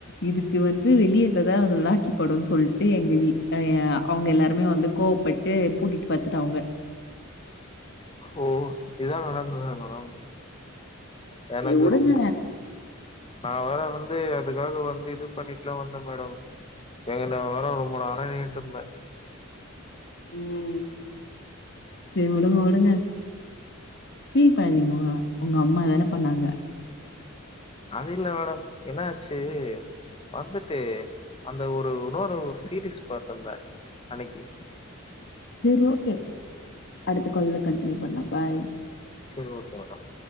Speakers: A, on the left; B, on the left.
A: இதுக்கு வந்து வெளியேந்ததா நல்லா கி படுனு சொல்ட்டு எங்க வீ ய அவங்க எல்லாருமே வந்து கோவப்பட்டு பூட்டிட்டு படுத்துட்டாங்க
B: ஓ இதுதா நடந்ததா மேடம் எனக்கு
A: சரி விடுங்க.
B: ரொம் நா வேற வந்து அதுக்காக வந்து இது பண்ணட்டுலா வந்தே மேடம் எங்க நா வேற ரொம்ப நேர நின்னுட்ருந்தே
A: ம் சரி வுடுங்க வுடுங்க பீல் பண்ணாதீங்கோ ஒங்க அம்மா தான பண்ணாங்க
B: அது இல்ல மேடம் என்னாச்சு வந்துட்டு அந்த ஒரு இன்னொரு ஒரு சீரீஸ் பாத்திருந்தே அன்னைக்கு
A: சரி ஓகே அடுத்த கால்ல கன்டினியூ பண்ணலா பாய்
B: சரி ஓகே மேடம்